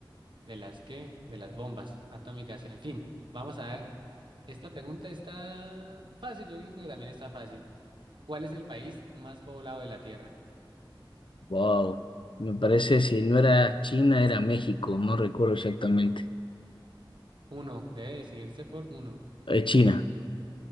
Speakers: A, on the right; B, on the left.
A: de las que, de las bombas atómicas. En fin, vamos a ver. Esta pregunta está fácil, yo creo que también está fácil. ¿Cuál es el país más poblado de la Tierra?
B: Wow. Me parece, si no era China, era México, no recuerdo exactamente.
A: Uno, debe decidirse por uno.
B: Eh, China,